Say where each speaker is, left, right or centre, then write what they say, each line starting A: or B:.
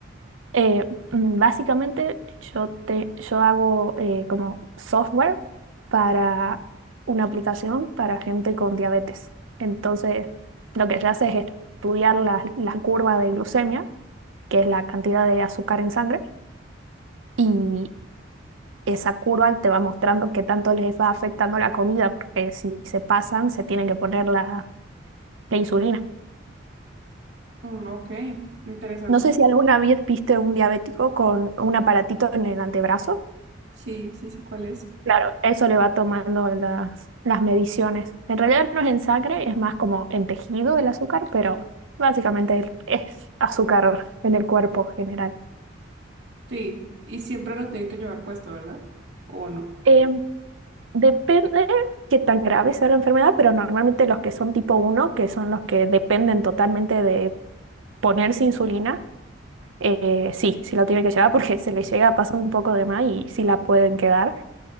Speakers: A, on the right (about 85°); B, on the right (about 60°).
A: Eh, mm, básicamente yo, te, yo hago eh, como software para una aplicación para gente con diabetes. Entonces, lo que se hace es estudiar la, la curva de glucemia, que es la cantidad de azúcar en sangre, y esa curva te va mostrando qué tanto les va afectando la comida, porque si se pasan, se tienen que poner la, la insulina.
B: Mm, ok, interesante.
A: No sé si alguna vez viste un diabético con un aparatito en el antebrazo.
B: Sí, sí, sé cuál es.
A: Claro, eso le va tomando las, las mediciones. En realidad no es en sangre, es más como en tejido el azúcar, pero básicamente es azúcar en el cuerpo general.
B: Sí, y siempre lo tienen que llevar puesto, ¿verdad? ¿O no?
A: Eh, depende qué tan grave sea la enfermedad, pero normalmente los que son tipo uno, que son los que dependen totalmente de ponerse insulina, eh, sí, sí la tienen que llevar porque <laughs> se les llega a pasar un poco de más y sí la pueden quedar,